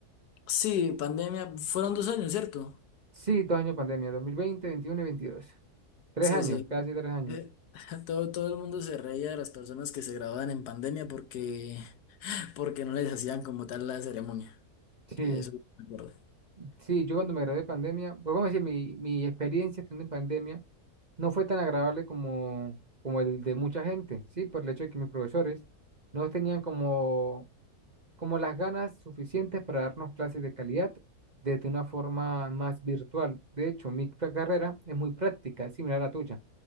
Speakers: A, on the left; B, on the right.
A: Sí, pandemia, fueron dos años, ¿cierto?
B: Sí, dos años de pandemia, 2020, 21 y veintidós Tres
A: Sí,
B: años,
A: sí.
B: casi tres años.
A: Eh, <laughs> todo, todo el mundo se reía de las personas que se graduaban en pandemia porque, porque no les hacían como tal la ceremonia. Que
B: Sí,
A: eso me acuerdo.
B: Sí, yo cuando me gradué de pandemia, pues vamos a decir, mi, mi experiencia estando en pandemia no fue tan agradable como, como el de mucha gente, ¿sí? Por el hecho de que mis profesores no tenían como, como las ganas suficientes para darnos clases de calidad desde una forma más virtual. De hecho, mi pra- carrera es muy práctica, es similar a la tuya,